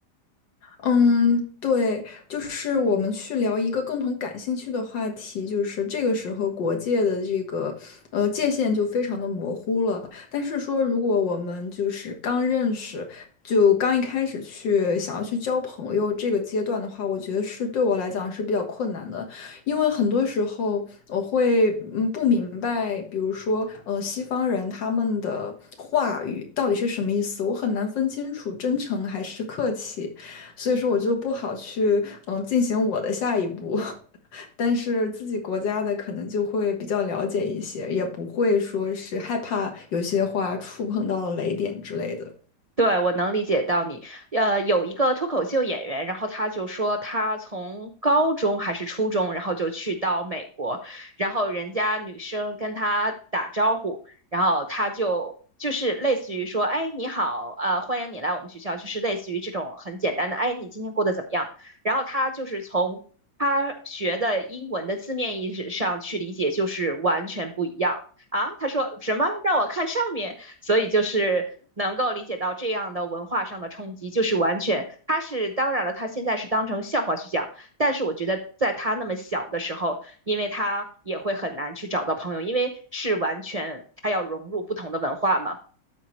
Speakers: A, on the left (about 85°); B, on the right (about 65°).
A: 嗯，对，就是我们去聊一个共同感兴趣的话题，就是这个时候国界的这个呃界限就非常的模糊了。但是说，如果我们就是刚认识，就刚一开始去想要去交朋友这个阶段的话，我觉得是对我来讲是比较困难的，因为很多时候我会嗯不明白，比如说呃西方人他们的话语到底是什么意思，我很难分清楚真诚还是客气。所以说我就不好去嗯进行我的下一步，<laughs> 但是自己国家的可能就会比较了解一些，也不会说是害怕有些话触碰到了雷点之类的。
B: 对，我能理解到你。呃，有一个脱口秀演员，然后他就说他从高中还是初中，然后就去到美国，然后人家女生跟他打招呼，然后他就就是类似于说，哎，你好，呃，欢迎你来我们学校，就是类似于这种很简单的，哎，你今天过得怎么样？然后他就是从他学的英文的字面意思上去理解，就是完全不一样的。啊，他说什么？让我看上面。所以就是能够理解到这样的文化上的冲击，就是完全他是当然了，他现在是当成笑话去讲，但是我觉得在他那么小的时候，因为他也会很难去找到朋友，因为是完全他要融入不同的文化嘛。